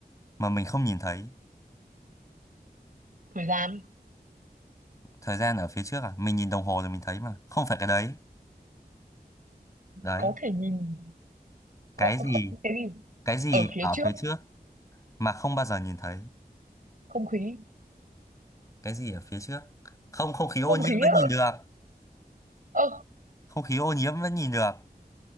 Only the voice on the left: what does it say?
mà mình không nhìn thấy?
Thời gian ở phía trước à? Mình nhìn đồng hồ rồi mình thấy mà, không phải cái đấy. Đấy.
Cái gì?
Cái gì
ở
phía trước mà không bao giờ nhìn thấy?
Cái gì ở phía trước? Không, không khí ô
nhiễm
vẫn
nhìn được.
Không khí ô nhiễm vẫn nhìn được.